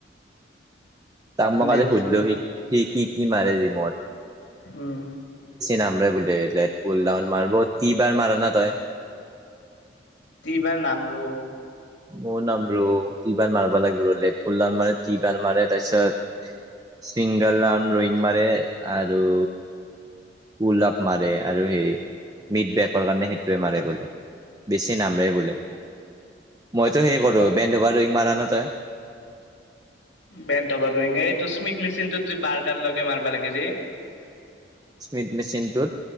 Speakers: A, on the right; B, on the left.
A: তাম মই কালি
B: দেখছো
A: সুধিলো
B: ৰ
A: সি সি কি কি মাৰে জীমত।
B: উম।
A: নামৰে বুলে লেত পুল ডাউন মাৰ কি বাৰ মাৰ না তই?
B: টি বাৰ নাম ৰ
A: মই নামৰো তি বাৰ মাৰিব লাগিব ৰ লেট পুলাৰ মাৰে তি বাৰ মাৰে তাৰ পিছত চিংগল ৰান ৰয়িং মাৰে আৰু পুলপ মাৰে আৰু সেই মিড বেকৰ কাৰণে সেইটোৱে মাৰে গলে। বেছি নামৰেই বুলে। মইতো সেই
B: অ
A: কৰো বেন্ডবাৰ দুই মাৰ ন তই?
B: বেনাৰং এইটো স্মিথ মেচিনটোত য বাৰডাল লগে মাৰিবা লাগে যে।
A: স্মিত মেচিনটোত।